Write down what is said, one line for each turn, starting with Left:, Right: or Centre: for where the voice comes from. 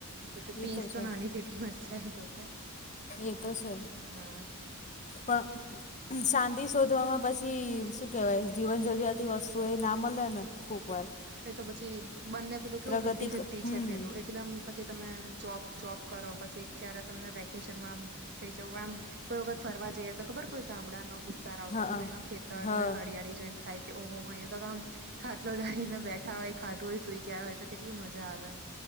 Right: જોકે
Left: એ
Right: પીસ તો
Left: છે
Right: નાની સિટીમાં છે. જોકે,
Left: એ તો છે
Right: હા.
Left: પણ શાંતિ શોધવામાં, પછી શું કેહેવાય, જીવન જરૂરિયાત. વસ્તુ એ ના મળે ને કોક વાર.
Right: એ તો પછી બંને પેલું કેવું
Left: પ્રગતિ
Right: ફિફ્ટી ફિફ્ટી
Left: ક હમ
Right: છે પેલું. એકદમ. પછી તમે જોબ જોબ કરો. પછી ક્યારે તમને વેકેશનમાં? કઈ જવું. આમ કોઈ વખત ફરવા જઈએ, તો ખબર કોઈ ગામડાનો. વિસ્તાર આવતા
Left: હા
Right: હોય, તો એનો ખેતર
Left: હા
Right: ને હરિયાળી જો. એમ થાય કે, ઓહો હો! અય તો આમ ખાટલો લઈને. બેઠા હોય, ખાધું હોય, સુઈ ગયા હોય, તો કેટલી મજા આવે!